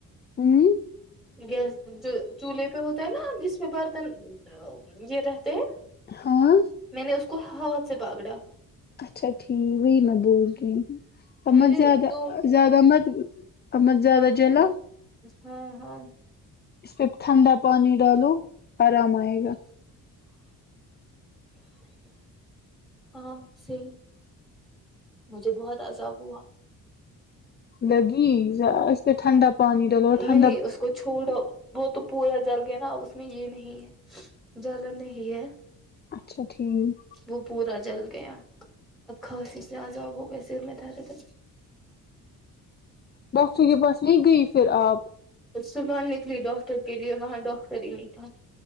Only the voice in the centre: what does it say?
گیس جو چولہے پہ ہوتا ہے نا جس میں برتن یہ رہتے ہیں
میں نے اس کو ہ سے پاگڑا
مجھے
دو
ہاں
ہاں ہاں
ہاں صی مجھے بہت عذاب ہوا
نہیں اس کو چھوڑو وہ تو پورا جل گیا نا اب اس میں یہ نہیں ہے جل نہیں ہے
وہ پورا جل گیا اب خاص سے عذاب ہو گیا سر میں تارے تھ
صبح نکلی ڈاکٹر کے لیے وہاں ڈاکٹر ہی نہیں تھا